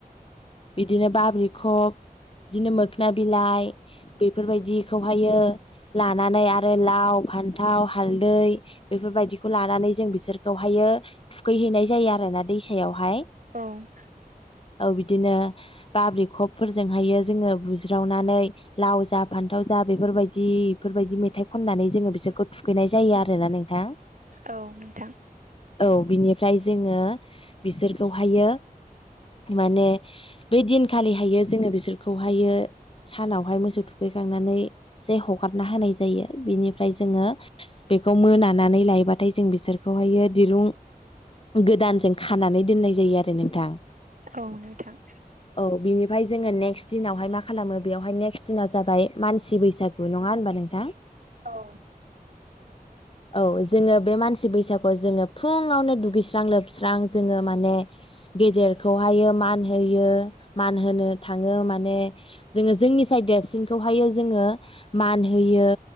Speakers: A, on the left; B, on the right.
A: बिदिनो बाब्रिखब बिदिनो मोख्ना बिलाइ बेफोरबायदिखौहायो लानानै आरो लाव फान्थाव हालदै बेफोरबायदिखौ लानानै जों बिसोरखौहायो थुखैहैनाय जायो आरो ना दैसायावहाय।
B: औ
A: औ बिदिनो बाब्रिखबफोरजोंहायो जोङो बुज्रावनानै लाव जा फान्थाव जा बेफोरबायदि इफोरबायदि मेथाइ खननानै जोङो बिसोरखौ थुखैनाय जायो आरोना नों थां।
B: औ नोंथां।
A: औ बिनिफ्राय जोङो बिसोरखौहायो माने बे दिनखालिहायो जोङो बिसोरखौहायो सानावहाय मोसौ थुखैखांनानै एसे हगारना होनाय जायो। बिनिफ्राय जोङो बेखौ मोनानानै लायोबाथाय जों बिसोरखौहायो दिरुं गोदानजों खानानै दोननाय जायो आरो नोंथां।
B: औ नोंथां।
A: औ बिनिफ्राय जोङो नेक्स्ट दिनावहाय मा खालामो बेवहाय नेक्स्ट दिनाव जाबाय मानसि बैसाग नङा होनबा नोंथां।
B: औ।
A: औ जोङो बे मानसि बैसागु जोङो फुङावनो दुगैस्रां-लोबस्रां जोङो माने। गेदेरखौहायो मान होयो मान होनो थाङो माने। जोङो जोंनिसाय देरसिनखौहायो जोङो मान होयो।